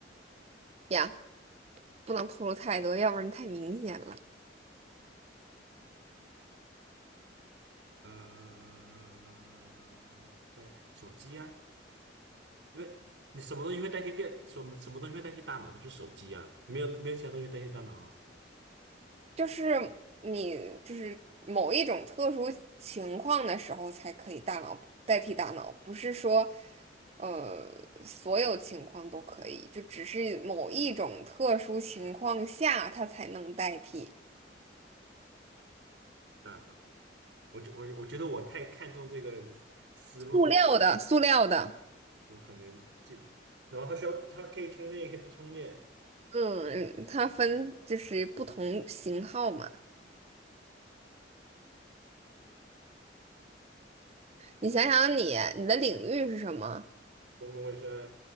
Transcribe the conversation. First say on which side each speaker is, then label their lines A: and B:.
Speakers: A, on the right; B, on the right.
A: 呀，不能透露太多，要不然太明显了。
B: 呃，对，手机啊，对，你什么东西会代替电？什么什么东西会代替大脑？就是手机啊，没有没有其他东西代替大脑啊。
A: 就是你，就是某一种特殊情况的时候才可以大脑代替大脑，不是说，呃，所有情况都可以，就只是某一种特殊情况下它才能代替。
B: 大脑，我觉我我觉得我太看重这个思路了，
A: 塑料的，塑料的，
B: 我可能记。然后它需要，它可以充电，也可以不充电。
A: 嗯，它分就是不同型号嘛。你想想你，你的领域是什么？
B: 公共卫生